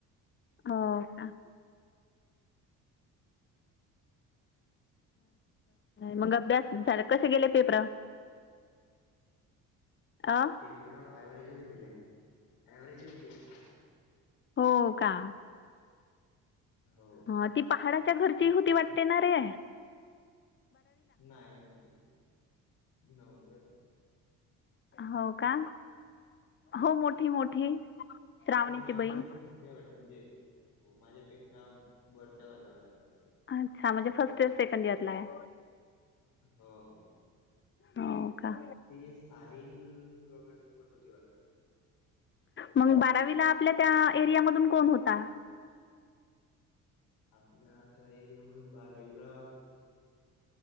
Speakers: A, on the left; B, on the left.
A: हो का. मग अभ्यास. झालं. कसे गेले पेपर अ
B: पेपर व्हरेजच गेले व्हरेजच गेले.
A: हो का.
B: हो.
A: ह ती पहाडाच्या घरची होती वाटतेणारे.
B: नाही नव्हती नव्हती वाटत.
A: हो का हो मोठी मोठी. श्रावणीची
B: ते माझ्यापेक्षा
A: बहीण
B: मोठे हाय वाटते, म्हणजे हो माझ्यापेक्षा वरच्या वर्गावर वाटते.
A: अच्छा म्हणजे फस्ट इयर सेकंड इयरला आहे.
B: हो हो
A: हो का
B: ते साहिल वगैरे सोबत होती वाटत.
A: मग बारावीला आपल्या त्या एरियामधून कोण होता?
B: आपल्या त्या एरिया मधून बारावीला